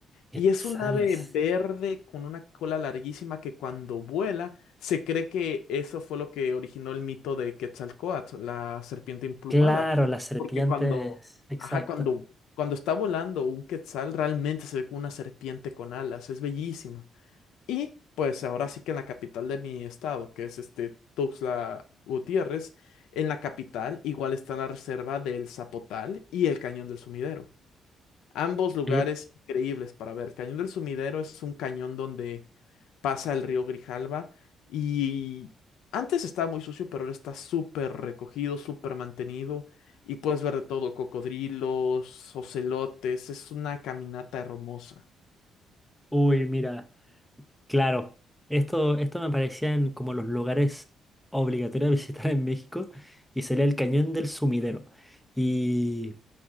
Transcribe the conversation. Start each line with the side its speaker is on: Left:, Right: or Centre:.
Centre: Quetzales.
Left: Y es un ave verde con una cola larguísima que cuando vuela se cree que eso fue lo que originó el mito de Quetzalcóatl, la serpiente emplumada.
Centre: Claro, las serpientes.
Left: Porque cuando,
Centre: Exacto.
Left: ajá, cuando, cuando está volando un quetzal realmente se ve como una serpiente con alas. Es bellísima. Y pues ahora sí que en la capital de mi estado, que es este Tuxtla Gutiérrez, en la capital igual está la reserva del Zapotal y el Cañón del Sumidero. Ambos lugares
Centre: Eh,
Left: increíbles para ver. El Cañón del Sumidero es un cañón donde pasa el río Grijalva y antes estaba muy sucio, pero ahora está súper recogido, súper mantenido y puedes ver de todo, cocodrilos, ocelotes, es una caminata hermosa.
Centre: uy, mira. Claro, esto, esto me parecían como los lugares obligatorios de visitar en México y sería el Cañón del Sumidero. Y